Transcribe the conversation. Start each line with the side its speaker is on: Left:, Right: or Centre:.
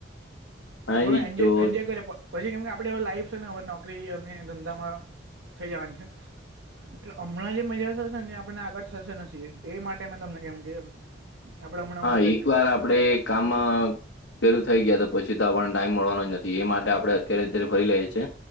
Left: હા
Right: થોડો
Left: એજ
Right: એન્જો
Left: તો
Right: એજોય કરીએ પછી કેમ કે આપડે અવે લાઈફ છે, ને અવે નોકરી અને ધંધામાં થઈ જવાની છે. એટલે અમણાં જે મજા થશે ને આપણને આગળ થશે નથી એ માટે મેં તમને કેમ કે આપડે હમણાં
Left: હા
Right: હમણાં કરી
Left: એક
Right: નાખીએ
Left: વાર આપડે કામ કર્યું થઈ ગયા તો પછી તો આપણને ટાઈમ મળવાનો જ નથી એ માટે આપણે અત્યારે અત્યારે ફરી લઈએ છે.